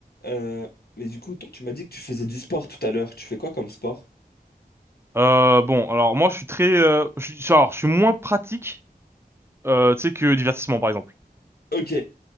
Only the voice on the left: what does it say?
Euh, mais du coup, toi, tu m'as dit que tu faisais du sport tout à l'heure. Tu fais quoi comme sport?
Ok,